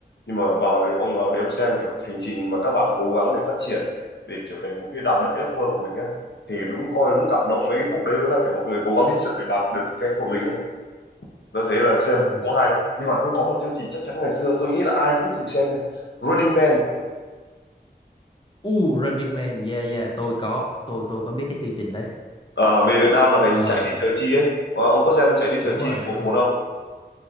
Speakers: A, on the left; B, on the left.
A: nhưng mà vào đấy ông vào đấy ông xem kiểu hành trình mà các bạn cố gắng để phát triển để trở thành một cái đạt được cái ước mơ của mình á thì đúng coi đúng cảm động với cái khúc đấy luôn là kiểu mọi người cố gắng hết sức để đạt được cái của mình á tôi thấy là xem
B: Ừ.
A: thì cũng hay nhưng mà tôi có một chương trình chắc chắn ngày xưa tôi nghĩ là ai cũng từng xem nha Running Man
B: U Running Man, yeah yeah, tôi có, tôi tôi có biết cái chương trình đấy.
A: Ờ, về Việt Nam là thành
B: Ờ,
A: chạy đi chờ chi ấy Ờ, ông có xem chạy đi chờ
B: đúng
A: chi
B: rồi,
A: một
B: đúng
A: một
B: rồi.
A: không